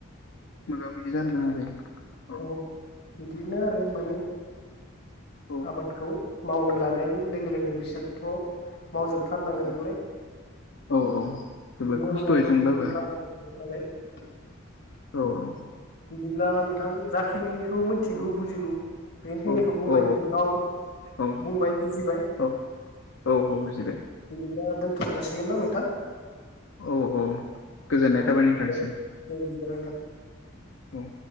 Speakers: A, on the left; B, on the left.
A: मोगा मोगि जानो गोनां जायो औ
B: अ बिदिनो आरो माने
A: औ
B: आबादखौ मावनो लानाय लोग लोगो बिसोरथ मावजोबथारनांगोन
A: औ
B: नालाय
A: औ औ जोबोर
B: बेनि
A: खस्थ'यै
B: अनगायाथ
A: जोंबाबो
B: गुबुन रावाबो <inaudible> <unintelligible>
A: औ अ
B: बिदिब्ला नोंथां जाखिनि मिथिगौ
A: औ
B: बुजिगौ बेखिनिखौ
A: औ
B: बुंबाय
A: औ
B: <unintelligible>
A: औ
B: बुंबाय बुजिबाय
A: औ
B: <inaudible>
A: औ औ बुजिबाय
B: ओ दोनथ जासिगोन ना नोंथां?
A: औ औ गोजोननाय
B: औ
A: थाबाय नोंथांसिम
B: दे दे बिदिब्ला नोंथां।
A: औ